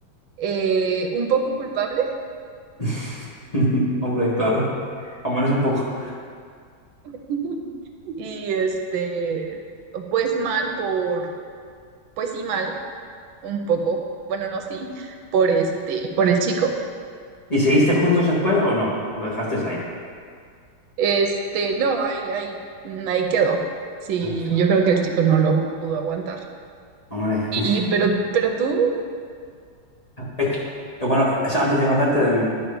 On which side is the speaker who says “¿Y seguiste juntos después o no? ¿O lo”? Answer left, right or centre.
Left